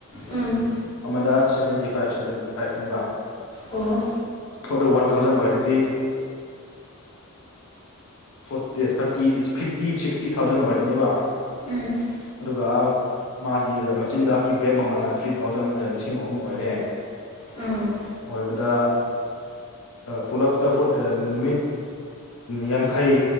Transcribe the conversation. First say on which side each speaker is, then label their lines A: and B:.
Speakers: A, on the left; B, on the left.
A: ꯎꯝ
B: ꯑꯃꯗ ꯁꯕꯦꯟꯇꯤ ꯐꯥꯏꯚ ꯁꯕꯦꯟꯇꯤ ꯐꯥꯏꯚꯅꯦꯕ
A: ꯑꯣ
B: ꯐꯣꯔꯗ ꯋꯥꯟ ꯊꯥꯎꯖꯟ ꯑꯣꯏꯔꯗꯤ forty thirty fifty sixty thousand ꯑꯣꯏꯔꯅꯦꯕ
A: ꯎꯝ
B: ꯑꯗꯨꯒ ꯃꯥꯒꯤ ꯃꯆꯤꯟꯖꯥꯛꯀꯤ ꯕꯦꯛ ꯃꯃꯜꯟꯅ ꯊ꯭ꯔꯤ ꯊꯥꯎꯖꯟ ꯂꯤꯁꯤꯡ ꯑꯍꯨꯝ ꯑꯣꯏꯔꯦ
A: ꯎꯝ
B: ꯑꯣꯏꯕꯗ ꯄꯨꯂꯞꯇ ꯐꯨꯗ ꯅꯨꯃꯤꯠ ꯌꯥꯡꯈꯩ